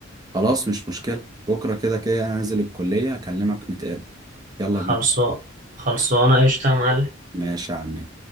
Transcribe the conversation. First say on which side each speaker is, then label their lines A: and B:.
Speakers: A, on the right; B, on the right.
A: خلاص مش مشكله بكره كده كده انا نازل الكليه اكلمك نتقابل يلا
B: خلصان
A: بينا
B: خلصانه قشطه يا معلم
A: ماشي يا عم